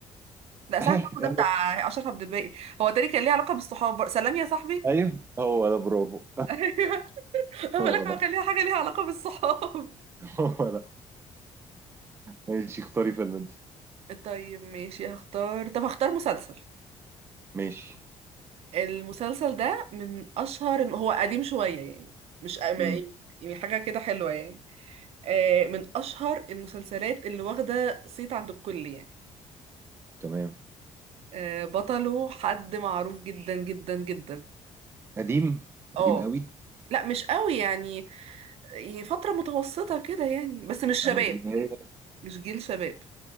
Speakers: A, on the right (about 60°); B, on the right (about 20°).
A: لا
B: <laughs>
A: صاحب صاحبه ده بتاع اشرف عبد الباقي هو تاني كان ليه علاقه بالصحاب سلام يا صاحبي
B: ايوه
A: <laughs>
B: هو ده برافو
A: ايوه هو
B: <laughs> هو
A: لك
B: ده
A: هو كان ليه حاجه ليها علاقه بالصحاب
B: هو ده ماشي اختاري فيلم انت
A: طيب ماشي هختار طب هختار مسلسل
B: ماشي
A: المسلسل ده من اشهر إن هو قديم شوية يعني مش ما-
B: امم
A: يعني يعني حاجة كده حلوة يعني آه، من اشهر المسلسلات اللي واخدة صيت عند الكل يعني
B: تمام
A: آه، بطله حد معروف جدا جدا جدا
B: قديم
A: اه
B: قديم قوي
A: لا مش قوي يعني يعني فترة متوسطة كده يعني بس مش شباب
B: يعني اللي
A: يعني
B: هي
A: مش جيل شباب